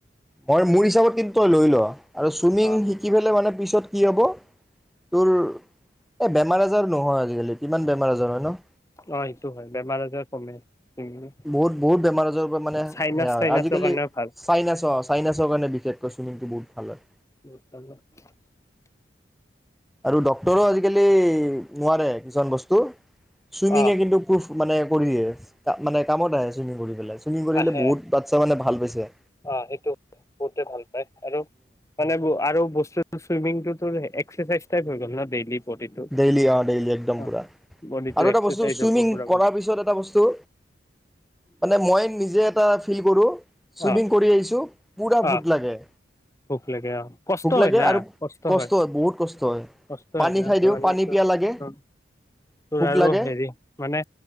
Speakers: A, in the centre; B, on the left.
A: মই, মোৰ হিচাপত কিন্তু তই লৈ ল। আৰু চুইমিং
B: অ
A: শিকি পেলেই মানে তাৰ পিছত কি হ'ব? তোৰ এই বেমাৰ-আজাৰ নহয়, আজিকালি কিমান বেমাৰ-আজাৰ হয় ন?
B: অ, সেইটো হয়। বেমাৰ-আজাৰ কমে। উম
A: বহুত, বহুত বেমাৰ-আজাৰৰ পৰা মানে,
B: চাইনাচ
A: সেয়া হয়।
B: চাইনাচৰ
A: আজিকালি,
B: কাৰণেও ভাল
A: চাইনাচ অ' চাইনাছৰ কাৰণে বিশেষকৈ ছুইমিংটো বহুত ভাল হয়।
B: <inaudible>
A: আৰু ডক্তৰো আজিকালি নোৱাৰে, কিছুমান বস্তু। চুইমিঙে
B: অ
A: কিন্তু প্ৰোফ, মানে কৰি দিয়ে। কা, মানে কামত আহে চুইমিং কৰি পেলায়। চুইমিং কৰি
B: আহে
A: পেলাই বহুত বাচ্ছা মানে ভাল পাইছে।
B: অ সেইটো বহুতে ভাল পায় আৰু মানে ব, আৰু বস্তুটো চুইমিংটোত তোৰ এক্সেচাইজ টাইপ হৈ গ'ল ন ডেইলি। বডিটো
A: ডেইলি, অ, ডেইলি একদম
B: অ',
A: পুৰা।
B: বডিটো
A: আৰু এটা
B: এক্সাৰচাইজ
A: বস্তু, চুইমিং
B: হ'ব পুৰা
A: কৰাৰ পিছত এটা বস্তু, মানে মই নিজে এটা ফিল কৰোঁ, ছুইমিং
B: অ
A: কৰি আহিছোঁ পোৰা
B: অ
A: ভোক লাগে।
B: ভোক লাগে অ'। কষ্ট
A: ভোক লাগে
B: হয় না
A: আৰু
B: কষ্ট হয়।
A: বহুত কষ্ট হয়
B: কষ্ট
A: পানী
B: হয় না
A: খাই
B: <unintelligible>
A: দিওঁ পানী পিয়াহ লাগে
B: তোৰ
A: ভোক
B: আৰু
A: লাগে
B: হেৰি, মানে